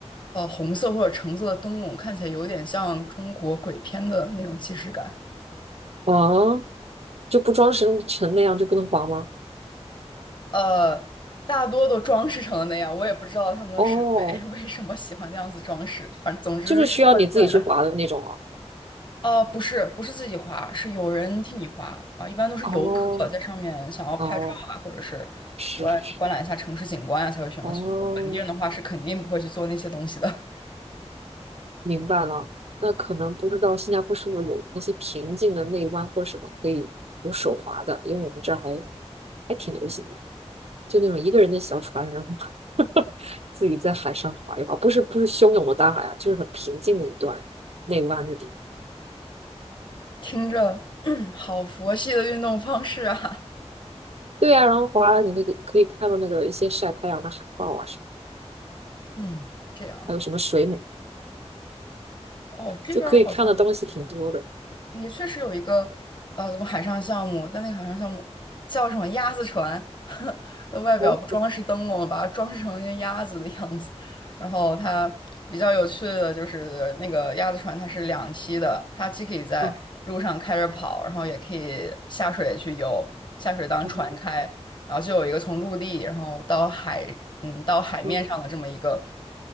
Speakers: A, on the left (about 45°); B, on the right (about 65°).
A: 呃红色或者橙色的灯笼，看起来有点像中国鬼片的那种既视感。
B: 啊，就不装绳成那样就不能划吗？
A: 呃，大多都装饰成了那样，我也不知道他们的审美
B: 哦，
A: <laughs> 为什么喜欢那样子装饰，反正总之是怪怪的。
B: 就是需要你自己去划的那种哦。
A: 哦，不是，不是自己划，是有人替你划啊。一般都是游客在上面想要拍照啊，
B: 哦哦，
A: 或者是观观览一下城市景观啊，
B: 是是是，
A: 才会选择去做。
B: 哦。
A: 本地人的话是肯定不会去做那些东西的。
B: 明白了，那可能不知道新加坡是不是有那些平静的内湾或什么可以有手划的，因为我们这儿还还挺流行的，就那种一个人的小船，然后 <laughs> 自己在海上划一划，不是不是汹涌的大海啊，就是很平静的一段内湾的地方。
A: 听着，<clears throat> 好佛系的运动方式啊。
B: 对啊，然后划你那个可以看到那个一些晒太阳的海豹啊什么，
A: 嗯，这样。
B: 还有什么水母，
A: 哦，这边儿好像
B: 就可以看的东西挺多的。
A: 也确实有一个呃，怎么海上项目？但那个海上项目叫什么鸭子船？<laughs> 那外表不装饰灯笼，
B: 哦，
A: 把它装饰成一个鸭子的样子。然后它比较有趣的就是那个鸭子船，它是两栖的，它既可以在路上开着跑，
B: 嗯，
A: 然后也可以下水去游，下水当船开。
B: 嗯
A: 然后就有一个从陆地，然后到海，嗯，到海面上的这么一个，
B: 嗯